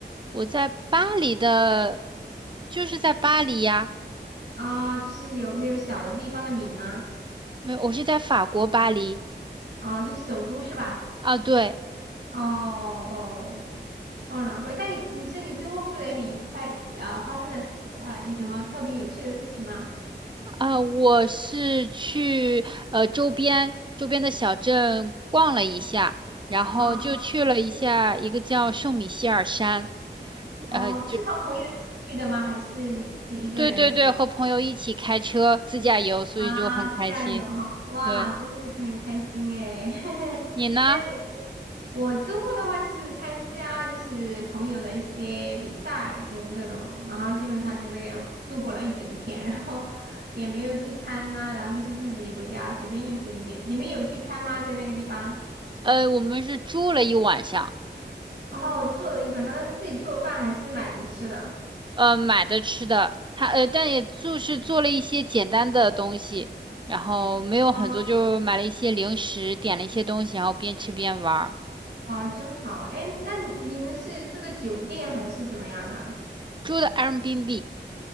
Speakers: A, on the right; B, on the right.
A: 我在巴黎的，就是在巴黎呀，
B: 啊，就是有没有小的地方的名呢？
A: 没有，我是在法国巴黎。
B: 哦，就是首都是吧？
A: 啊，对，
B: 哦哦哦，难怪。那你你说你周末过得也很愉快，啊？发生了啊有什么特别有趣的事情吗？
A: 啊，我是去呃周边周边的小镇逛了一下，然后就去了一下一个叫圣米歇尔山。
B: 哦。是哦，
A: 呃。
B: 是和朋友一起去的吗？还是你自己一个人呢？
A: 对对对，和朋友一起开车自驾游，所以就很开心。
B: 啊，自驾游哈，哇，
A: 对，
B: 真的是很开心诶。<laughs>
A: 你呢？
B: 那你我周末的话就是参加就是朋友的一些比赛，就是这种，然后基本上就这个样度过了一整天，然后 <laughs> 也没有聚餐呐、然后就是自己回家随便应付一点。你们有聚餐吗？在那个地方？
A: 呃，我们是住了一晚上，
B: 哦，做了一晚上，那是自己做饭还是买着吃的？
A: 呃，买的吃的，他呃，但也就是做了一些简单的东西，然后没有很多，
B: 哦，
A: 就买了一些零食，点了一些东西，然后边吃边玩儿。
B: 哦，真好。哎，那你你们是住的酒店还是怎么样的？
A: 住的 Airbnb，